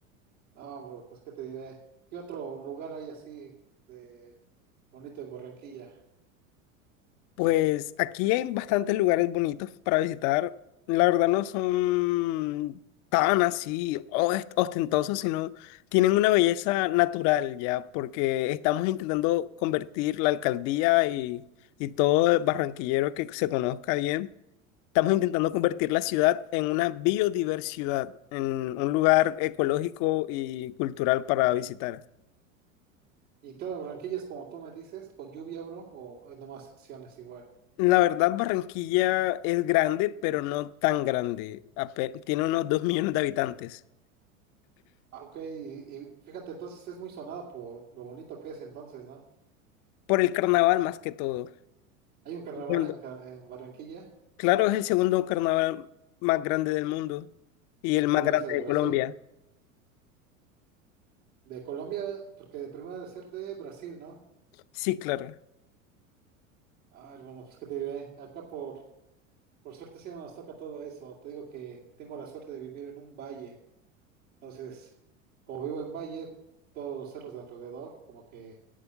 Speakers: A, on the right; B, on the left.
A: No, bro, pues qué te diré. ¿Qué otro lugar hay así de bonito en Barranquilla?
B: Pues aquí hay bastantes lugares bonitos para visitar. La verdad no son tan así ost- ostentosos, sino tienen una belleza natural ya, porque estamos intentando convertir la alcaldía y, y todo el barranquillero que se conozca bien. Estamos intentando convertir la ciudad en una biodiversidad, en un lugar ecológico y cultural para visitar.
A: Y toda Barranquilla es como tú me dices, con lluvia, bro, o hay nomás secciones igual.
B: La verdad, Barranquilla es grande, pero no tan grande. Ape- Tiene unos dos millones de habitantes.
A: Ah, ok, y, y fíjate, entonces es muy sonada por lo bonito que es entonces, ¿no?
B: Por el carnaval más que todo.
A: Hay un carnaval
B: Cuando-
A: en, Car- en Barranquilla,
B: claro, es el segundo carnaval más grande del mundo y el
A: la
B: más
A: primera
B: grande
A: es de Brasil.
B: de Colombia.
A: De Colombia, porque de primera de ser de Brasil, ¿no?
B: Sí, claro.
A: Ah, hermano, pues qué te diré. Acá por, por suerte sí no nos toca todo eso. Te digo que tengo la suerte de vivir en un valle. Entonces, como vivo en valle, todos los cerros de alrededor como que